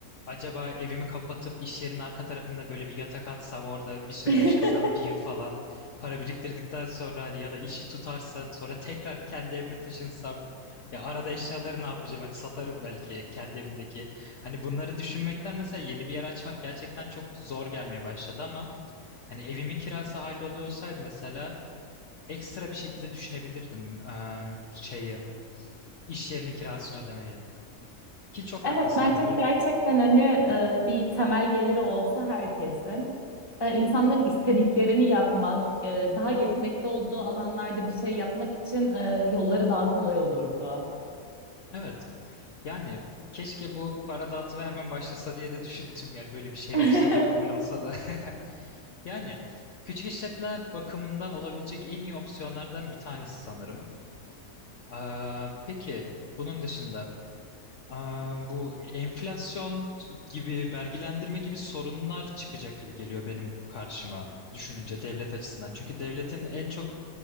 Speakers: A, on the left; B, on the left.
A: acaba evimi kapatıp iş yerinin arka tarafında böyle bir yatak atsam orada bir süre
B: <laughs>
A: yaşasam bir yıl falan para biriktirdikten sonra hani ya da işi tutarsa sonra tekrar kendi evime taşınsam ya arada eşyaları ne yapacağım hani satarım belki kendi evimdeki. Hani bunları düşünmekten mesela yeni bir yer açmak gerçekten çok zor gelmeye başladı ama Hani evimin kirası halloluyor olsaydı mesela ekstra bir şekilde düşünebilirdim eee, şeyi iş yerinin kirasını ödemeyi. Ki çok
B: Evet
A: haklısın
B: bence
A: hani bu
B: gerçekten hani e, bir temel geliri olsa herkesin e, insanlar istediklerini yapmak, e, daha yetenekli olduğu alanlarda bir şey yapmak için e, yolları daha kolay olurdu.
A: evet. Yani keşke bu para dağıtımı hemen başlasa diye de düşündüm. Yani böyle bir şey
B: <laughs>
A: olsa da kabul olsa da. <laughs> Yani küçük işletmeler bakımından olabilecek en iyi opsiyonlardan bir tanesi sanırım. Aa, peki bunun dışında aa, bu enflasyon gibi vergilendirme gibi sorunlar çıkacak gibi geliyor benim karşıma düşününce devlet açısından. Çünkü devletin en çok